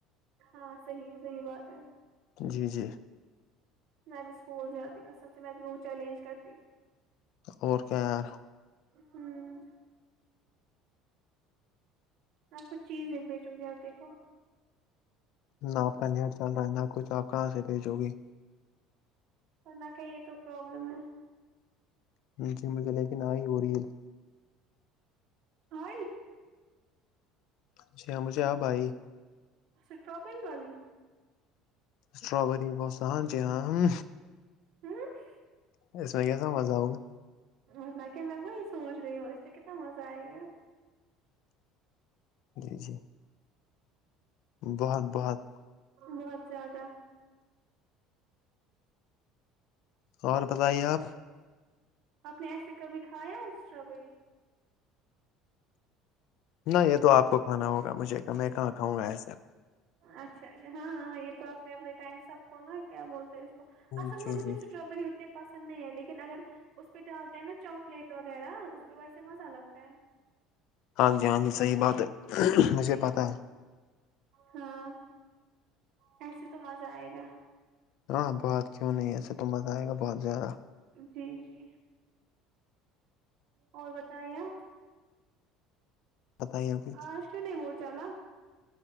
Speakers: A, on the right (about 50°); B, on the left (about 55°).
A: ہاں صحیح ہے صحیح بات ہے
B: جی جی
A: میں بھی اسکول جاتی کسم سے میں بھی وہہت چیلنج کرتی
B: اور کیا ار
A: ہوں آ کچھ چیز ایک بیچوں گی آپ دیکھو
B: نہ آپ کا نیٹ چل رہا ہے نہ کچھ آپ کہاں سے بھیجو گی
A: نہ کہ یہ تو پرابلم ہے
B: جی مجھے لیکن آ ہی ہو رہی
A: ہ
B: جی ہاں مجھے آب آئی
A: اسٹرابری والی
B: اسٹرابری بوس ہاں جی ہاں
A: ہاں
B: اس میں کیسا مزہ ہوگا
A: انا کہ میں وہی سوچ رہی ہوں اس سے کتنا مزہ آئے گا
B: جی جی بہت بہت
A: بہت زیادہ
B: اور بتائیے آپ
A: آپ نے ایسے کبھی کھایا ہے اسٹرابری
B: نہ یہ تو آپ کو کھانا ہوگا مجھے کہ میں کہاں کھؤں گا ایسے
A: اچھا اچھا ہاں ہاں یہ تو اپنے اپنے ٹائم سب کو نا کیا بولتے ہیں آ س ہم
B: جی
A: نے مجھے
B: جی
A: اسٹرابری پسند نہیں ہے لیکن اگر اس پہ ڈالتے ہیں نا چاکلیٹ وغیرہ تو ویسے مزہ لگتا ہے
B: ہاں جی ہاں جی صحیح بات مجھے
A: جی
B: پتاہ
A: ہاں ایسے تو مزہ آئے گا
B: ہاں بہت کیوں نہیں ایسے تو مزہ آئے گا بہت زیادہ
A: جی جی اور بتائیے آپ
B: بتائیے کچھ
A: آ اشک نہیں وہچالا